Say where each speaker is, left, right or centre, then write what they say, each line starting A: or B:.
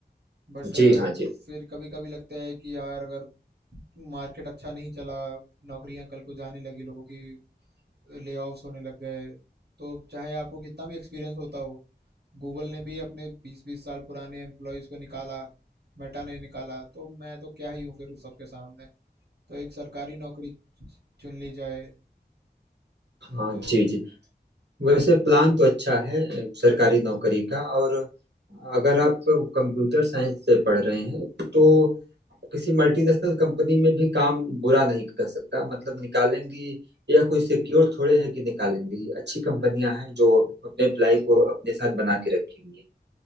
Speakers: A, on the right; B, on the right.
A: बट
B: जी हाँ जी
A: फिर कभी कभी लगता है कि यार अगर मार्केट अच्छा नहीं चला नौकरियां कल को जाने लगी लोगों की लेऑफ्स होने लग गए तो चाहे आपको कितना भी एक्सपीरियंस होता हो गूगल ने भी अपने बीस बीस साल पुराने एम्प्लॉयज़ को निकाला मेटा ने निकाला तो मैं तो क्या ही हूँ फिर उस सबके सामने तो एक सरकारी नौकरी चुन ली जाए
B: हाँ
A: तो
B: जी जी वैसे प्लान तो अच्छा है अ, सरकारी नौकरी का और अगर आप कंप्यूटर साइंस से पढ़ रहे हैं तो किसी मल्टीनेशनल कंपनी में भी काम बुरा नहीं कर सकता मतलब निकालेंगी यह कोई सिक्योर थोड़े है कि निकालेंगी अच्छी कंपनियां हैं जो अपने एम्प्लाई को अपने साथ बना के रखी हुई हैं